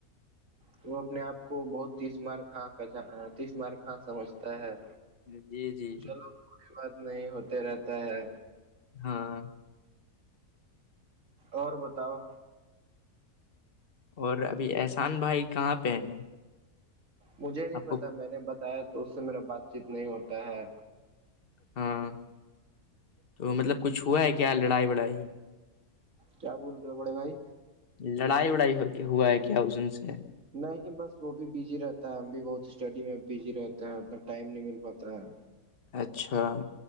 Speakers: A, on the right; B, on the left.
A: تو وہ اپنے آپ کو بہت تیس مارک تیس مار خاں سمجھتا ہے
B: جی جی جی
A: چلو کوئی بات نہیں ہوتے رہتا ہے
B: ہاں
A: اور بتاؤ
B: اور ابھی احسان بھائی کہاں پہ ہیں
A: مجھے نہیں
B: آپ کو
A: پتا میں نے بتایا تو اس سے میرا بات چیت نہیں ہوتا ہے
B: ہاں تو مطلب کچھ ہوا ہے کیا لڑائی وڑائی
A: کیا بول رہے ہو بڑے بھائی
B: لڑائی وڑائی ہو کے ہوا ہے کیا اسن سے
A: نہیں بس وہ بھی بزی رہتا ہے ہم بھی بہت اسٹڈی میں بزی رہتے ہیں انا ٹائم نہیں مل پاتا ہے
B: اچھا